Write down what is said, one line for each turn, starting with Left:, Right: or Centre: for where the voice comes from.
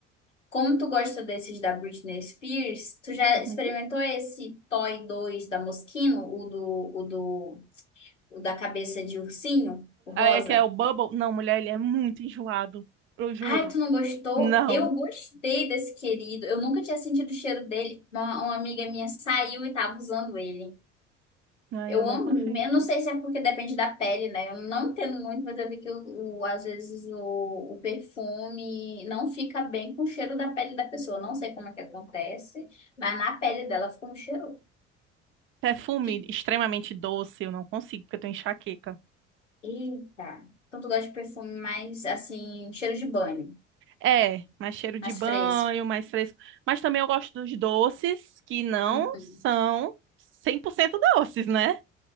Left: Como tu gosta desses da Britney Spears, tu já
Right: Uhum.
Left: experimentou esse Toy dois da Moschino, o do, o do, o da cabeça de ursinho, o rosa?
Right: É que é o Bubble. Não, mulher, ele é muito enjoado. Eu juro.
Left: Ai, tu não gostou?
Right: Não.
Left: Eu gostei desse querido. Eu nunca tinha sentido o cheiro dele. Uma, uma amiga minha saiu e tava usando ele.
Right: Ai,
Left: Eu
Right: eu não
Left: amo,
Right: confio.
Left: eu não sei se é porque depende da pele, né? Eu não entendo muito, mas eu vi que o, o- às vezes o, o perfume não fica bem com o cheiro da pele da pessoa. Não sei como é que acontece, mas na pele dela fica um cheiro.
Right: Perfume
Left: de-
Right: extremamente doce, eu não consigo, porque eu tenho enxaqueca.
Left: Eita! Então tu gosta de perfume mais assim, cheiro de banho,
Right: É, mais cheiro
Left: mais
Right: de banho,
Left: fresco.
Right: mais fresco. Mas também eu gosto dos doces que não
Left: Uhum.
Right: são 100% doces, né?